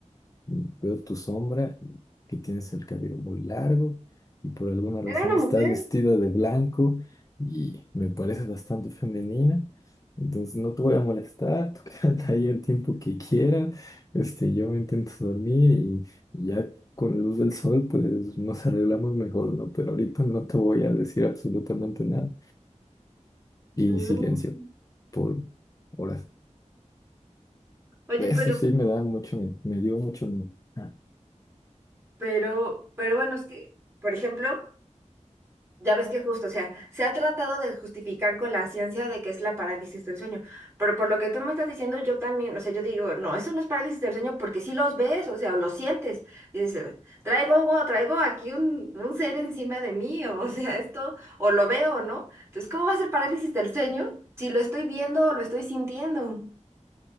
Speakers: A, on the left; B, on the right.
A: y veo tu sombra, que tienes el cabello muy largo y por alguna razón
B: ¿Era una
A: estás
B: mujer?
A: vestida de blanco y me pareces bastante femenina. Entonces no te voy a molestar, tú <laughs> quédate ahí el tiempo que quieras. Este, yo me intento dormir y, y ya con la luz del sol pues nos arreglamos mejor, ¿no? Pero ahorita no te voy a decir absolutamente nada. Y
B: No.
A: silencio por horas.
B: Oye,
A: Eso
B: pero,
A: sí me da mucho miedo, me dio mucho miedo. Ah,
B: pero, pero bueno, es que, por ejemplo... Ya ves que justo, o sea, se ha tratado de justificar con la ciencia de que es la parálisis del sueño, pero por lo que tú me estás diciendo, yo también, o sea, yo digo, no, eso no es parálisis del sueño porque sí los ves, o sea, o los sientes, dices, traigo, o traigo aquí un, un ser encima de mí, o <laughs> o sea, esto, o lo veo, ¿no? Entonces, ¿cómo va a ser parálisis del sueño si lo estoy viendo o lo estoy sintiendo?